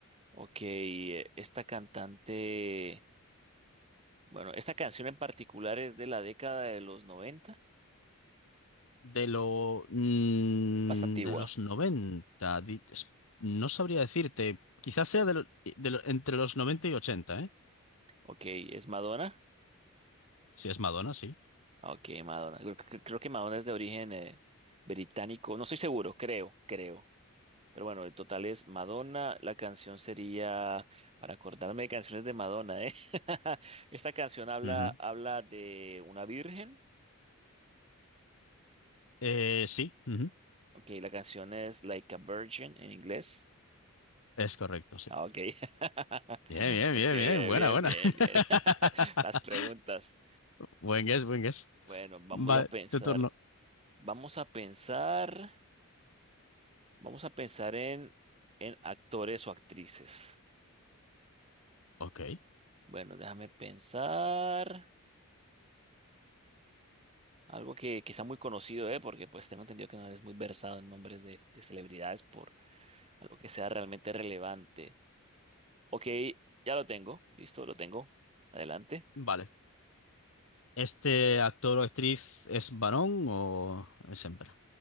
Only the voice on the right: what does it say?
Ok, eh, esta cantante, bueno, esta canción en particular es de la década de los 90,
más antigua.
Ok, es Madonna.
Ok, Madonna. Creo, que creo que Madonna es de origen eh, británico. No estoy seguro, creo, creo. Pero bueno, el total es Madonna. La canción sería, para acordarme de canciones de Madonna, ¿eh? <laughs> Esta canción habla,
habla de una virgen.
Ok, la canción es Like a Virgin en inglés.
Ah, ok. <laughs>
Ok,
bien,
bien,
bien,
bien. <laughs> Las preguntas.
Bueno, vamos
a pensar.
Vamos a pensar. Vamos a pensar en, en actores o actrices.
Bueno, déjame pensar. Algo que, que sea muy conocido, ¿eh? Porque pues tengo entendido que no eres muy versado en nombres de, de celebridades por algo que sea realmente relevante. Ok, ya lo tengo. Listo, lo tengo. Adelante.